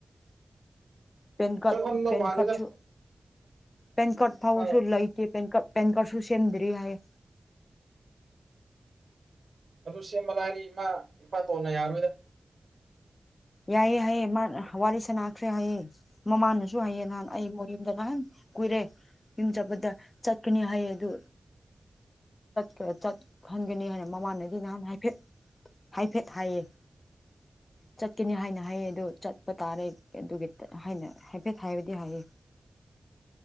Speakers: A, on the left (about 45°); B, on the right (about 65°).
A: ꯄꯦꯟ ꯀꯥꯔꯗ
B: ꯆꯠꯂꯝꯗꯧ
A: ꯄꯦꯟ
B: ꯃꯥꯜꯂꯦꯗ
A: ꯀꯥꯔꯗꯁꯨ ꯄꯦꯟ ꯀꯥꯔꯗ ꯐꯥꯎꯕꯁꯨ
B: ꯈꯔ
A: ꯂꯩꯇꯦ ꯄꯦꯟ ꯀꯥꯔꯗ ꯄꯦꯟ ꯀꯥꯔꯁꯨ ꯁꯦꯝꯗ꯭ꯔꯤ ꯍꯥꯏꯌꯦ
B: ꯑꯗꯨ ꯁꯦꯝꯕ ꯂꯥꯏꯔꯤ ꯏꯃꯥ ꯏꯄꯥ ꯇꯣꯟꯅ ꯌꯥꯔꯣꯏꯗ
A: ꯌꯥꯏꯑꯌꯦ ꯍꯥꯏꯑꯌꯦ ꯃꯥ ꯋꯥꯔꯤ ꯁꯅꯈ꯭ꯔꯦ ꯍꯥꯏꯌꯦ ꯃꯃꯥꯅꯁꯨ ꯍꯥꯏꯌꯦ ꯅꯍꯥꯟ ꯑꯩ ꯃꯌꯨꯝꯗ ꯅꯍꯥꯟ ꯀꯨꯏꯔꯦ ꯌꯨꯝ ꯆꯠꯄꯗ ꯆꯠꯀꯅꯤ ꯍꯥꯏꯌꯦ ꯑꯗꯨ ꯆꯠꯍꯟꯒꯅꯤ ꯍꯥꯏꯅ ꯃꯃꯥꯟꯗꯒꯤ ꯅꯍꯥꯟ ꯍꯥꯏꯐꯦꯠ ꯍꯥꯏꯐꯦꯠ ꯍꯥꯏꯌꯦ ꯆꯠꯀꯅꯤ ꯍꯥꯏꯅ ꯍꯥꯏꯌꯦ ꯑꯗꯨ ꯆꯠꯄ ꯇꯥꯔꯦ ꯑꯗꯨꯒꯤ ꯍꯥꯏꯅ ꯍꯥꯏꯐꯦꯠ ꯍꯥꯏꯕꯗꯤ ꯍꯥꯏꯌꯦ